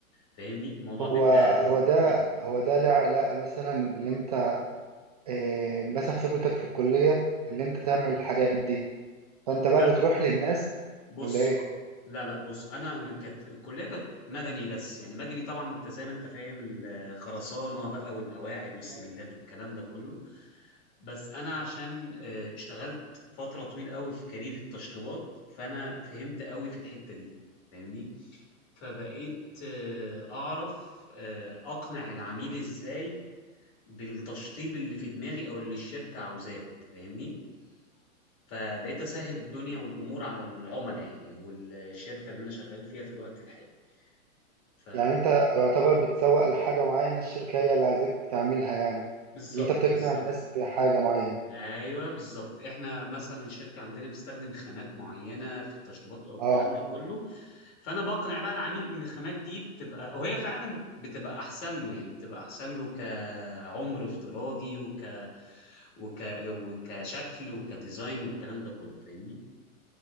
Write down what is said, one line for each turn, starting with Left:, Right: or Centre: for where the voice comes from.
Left: فاهمني الموضوع
Right: هو
Left: بيبقى
Right: هو ده
Left: تمام.
Right: هو ده له علاقة مثلا باللي انت آه، مثلا خبرتك في الكلية اللي انت تعمل الحاجات دي فانت
Left: لا
Right: بقى بتروح للناس
Left: بص
Right: ولا ايه
Left: هو- لا لا بص انا أنا كانت الكليه كانت مدني بس يعني مدني طبعا انت زي ما انت فاهم الخرسانه بقى والقواعد والسملات
Right: اه
Left: والكلام ده كله بس انا عشان آه، اشتغلت فتره طويله قوي في كارير التشطيبات فانا فهمت قوي في الحته دي فاهمني فبقيت آه، اعرف آه، اقنع العميل ازاي بالتشطيب اللي في دماغي او اللي الشركه عاوزاه أنت فاهمني فبقيت اسهل الدنيا والامور على العملاء يعني والشركه اللي انا شغال فيها في الوقت الحالي ف
Right: يعني انت يعتبر بتسوق لحاجة معينة الشركة هي اللي عايزاك تعملها يعني
Left: بالظبط
Right: اللي انت بتقنع
Left: بالظبط
Right: الناس بحاجة معينة
Left: ايوه بالظبط احنا مثلا الشركه عندنا بتستخدم خامات معينه في التشطيبات او الكلام
Right: اه
Left: ده كله فانا بقنع بقى العميل ان الخامات دي بتبقى او هي فعلا بتبقى احسن له يعني بتبقى احسن له كعمر افتراضي وك وك وكشكل وكديزاين والكلام ده كله فاهمني